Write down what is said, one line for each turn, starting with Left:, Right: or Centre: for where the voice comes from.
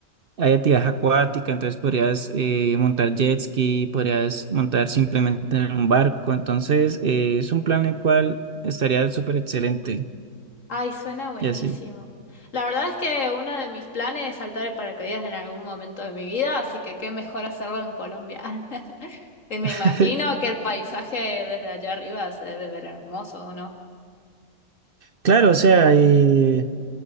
Right: Hay actividad acuática, entonces podrías eh, montar jet ski, podrías montar simplemente en un barco. Entonces, eh, es un plan el cual estaría súper excelente.
Left: Ay, suena buenísimo.
Right: Y así.
Left: La verdad es que uno de mis planes es saltar el paracaídas en algún momento de mi vida, así que qué mejor hacerlo en Colombia. <laughs> Y Me
Right: <laughs>
Left: imagino que el paisaje desde allá arriba se debe ver hermoso, ¿no?
Right: Claro, o sea, eh,